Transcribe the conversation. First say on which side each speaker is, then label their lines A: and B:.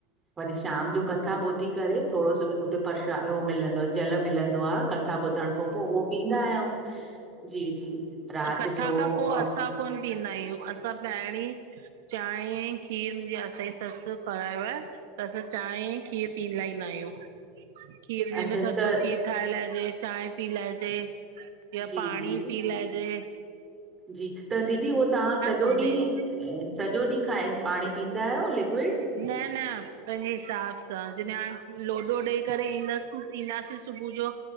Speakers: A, on the right; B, on the right.
A: परीष <inaudible> शाम जो कथा ॿुधी करे थोङो सो जे हुते प्रशाद उह मिलंदो आ जल मिलंदो आ कथा ॿुधण खां पो उहो पींदा आहियूं, जी, जी। राति
B: कथा
A: जो
B: खां पो
A: अ,
B: असां कोन पीअंदा आहियूं, असां पहिरीं चांए खीर, मुंहिंजी -असांजी ससु करायो आ त असां चांय खीर पी लाईंदा आहियूं। खीर जे
A: अच्छा
B: न थधो
A: त
B: खीर ठाहे लाएजे, चांए पी लाएजे ॿियो
A: जी
B: पाणी
A: जी
B: पी लाएजे।
A: जी, त दीदी उहो तहां सॼो
B: कोन आहियूं
A: ॾींहुं सॼो ॾींहुं खाए, पाणी पीअंदा आयो लिक्विड?
B: न न, पंहिंजे हिसाब सां, जॾहिं हाणे लोडो ॾेई करे ईंदसि ईंदासीं सुबुह जो